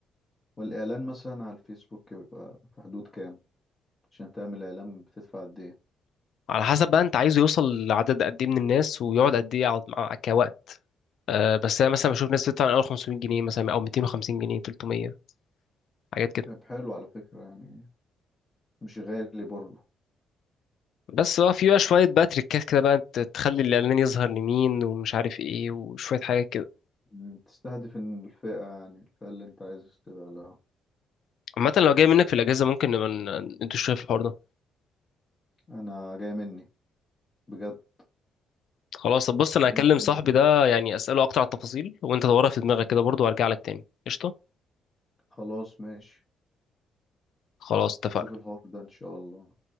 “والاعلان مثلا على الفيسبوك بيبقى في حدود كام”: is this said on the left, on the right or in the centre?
Left